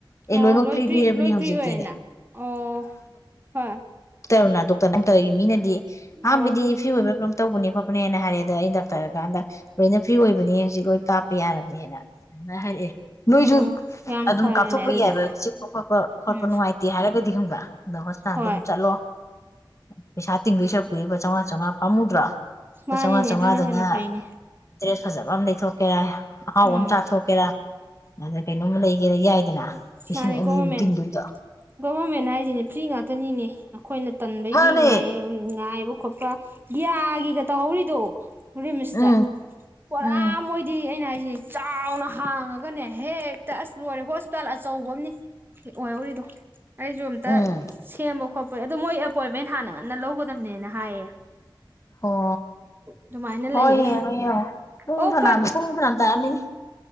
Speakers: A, on the left (about 35°); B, on the right (about 25°).
A: ꯑꯦ
B: ꯑꯣ
A: ꯂꯣꯏꯅꯃꯛ
B: ꯂꯣꯏ ꯐ꯭ꯔꯤ
A: ꯄꯤꯔꯕꯅꯦ
B: ꯂꯣꯏ
A: ꯍꯧꯖꯤꯛꯇꯤꯅꯦ
B: ꯐ꯭ꯔꯤ ꯑꯣꯏꯅ ꯑꯣ ꯍꯣꯏ
A: ꯇꯔꯨꯅꯥ ꯗꯣꯛꯇꯔ ꯅꯪ ꯇꯧꯔꯤ ꯃꯤꯅꯗꯤ ꯑꯍꯥꯟꯕꯗꯤ
B: ꯑꯣ
A: ꯐ꯭ꯔꯤ ꯑꯣꯏꯕ ꯀꯩꯅ‌ꯣꯝ ꯇꯧꯕꯅꯤꯀꯣ ꯅꯦꯅ ꯍꯥꯏꯔꯦ ꯑꯗ ꯑꯩꯅ ꯗꯥꯛꯇꯔꯀꯥꯟꯗ ꯂꯣꯏꯅ ꯐ꯭ꯔꯤ ꯑꯣꯏꯕ ꯀꯥꯞꯄ ꯌꯥꯔꯝꯅꯦꯅ ꯍꯥꯏꯛꯑꯦ ꯅꯣꯏꯁꯨ
B: ꯑꯣ ꯌꯥꯝ
A: ꯑꯗꯨꯝ
B: ꯐꯔꯦꯅꯦ
A: ꯀꯥꯞꯊꯣꯛꯄ
B: ꯑꯗꯨꯗꯤ
A: ꯌꯥꯏꯕ ꯆꯤꯛꯄ ꯈꯣꯠꯄ ꯈꯣꯠꯄ
B: ꯎꯝ
A: ꯅꯨꯡꯉꯥꯏꯇꯦ ꯍꯥꯏꯔꯒꯗꯤ ꯁꯤ ꯍꯪꯕ ꯅꯁꯇꯥꯟꯗ
B: ꯍꯣꯏ
A: ꯑꯗꯨꯝ ꯆꯠꯂꯣ ꯎ ꯄꯩꯁꯥ ꯇꯤꯡꯗꯣꯏ ꯁꯔꯛꯄꯨꯗꯤ ꯂꯄꯥ ꯆꯥꯝꯃꯉꯥ ꯆꯥꯃꯉꯥ ꯄꯝꯃꯨꯗ꯭ꯔꯥ ꯂꯄꯥ
B: ꯃꯥꯅꯤꯅꯦ
A: ꯆꯥꯝꯃꯉꯥ ꯆꯥꯝꯉꯥꯗꯅ
B: ꯑꯗꯨꯅ ꯍꯦꯟꯅ ꯐꯩꯅꯦ
A: ꯗ꯭ꯔꯦꯁ ꯐꯖꯕ ꯑꯃꯝ ꯂꯩ ꯆꯥꯊꯣꯛꯀꯦꯔꯥ ꯑꯍꯥꯎꯕ
B: ꯎꯝ
A: ꯑꯃ ꯆꯥꯊꯣꯛꯀꯦꯔꯥ ꯑꯗ ꯀꯩꯅꯣꯝ ꯂꯩ ꯒꯦꯔ ꯌꯥꯏꯗꯅ ꯂꯤꯁꯤꯡ
B: ꯃꯥꯅꯤ
A: ꯑꯅꯤꯃꯨꯛ
B: ꯒꯣꯚꯔꯃꯦꯟ
A: ꯇꯤꯡꯗꯣꯏꯗꯣ
B: ꯒꯣꯚꯔꯃꯦꯟ ꯍꯥꯏꯁꯤꯅꯦ ꯐ꯭ꯔꯤ ꯉꯥꯛꯇꯅꯤꯅꯦ ꯑꯩꯈꯣꯏꯅ ꯇꯟꯕꯒꯤ
A: ꯃꯥꯅꯦ
B: ꯉꯥꯏꯑ ꯉꯥꯏꯕ ꯈꯣꯠꯄ ꯒꯌꯥꯒꯤꯒ ꯇꯧꯍꯧꯔꯤꯗꯣ ꯔꯤꯝꯁꯇ
A: ꯎꯝ
B: ꯄꯨꯣꯔꯥ
A: ꯎꯝ
B: ꯃꯣꯏꯗꯤ ꯑꯩꯅ ꯍꯥꯏ ꯁꯤꯅꯤ ꯆꯥꯎꯅ ꯍꯥꯡꯉꯒꯅꯦ ꯍꯦꯛꯇ ꯑꯁ ꯂꯣꯏꯔꯦ ꯍꯣꯁꯄꯤꯇꯥꯜ ꯑꯆꯧꯕ ꯑꯃꯅꯤ ꯑꯣꯏꯍꯧꯔꯤꯗꯣ ꯑꯩꯁꯨ ꯑꯨꯇ
A: ꯎꯝ
B: ꯁꯦꯝꯕ ꯈꯣꯠꯄ ꯍꯣꯏ ꯑꯣ ꯃꯣꯏ ꯑꯦꯄꯣꯏꯟꯃꯦꯟ ꯍꯥꯟꯅ ꯉꯟꯅ ꯂꯧꯒꯗꯝꯕꯅꯦꯅ ꯍꯥꯏꯌꯦ
A: ꯑꯣ
B: ꯑꯗꯨꯃꯥꯏꯅ
A: ꯍꯣꯏꯡꯡ
B: ꯂꯩꯌꯦ
A: ꯄꯨꯡ
B: ꯑꯣ
A: ꯐꯅꯥ ꯄꯨꯡ ꯈꯅꯥ ꯇꯥꯛꯑꯃꯤꯅꯦ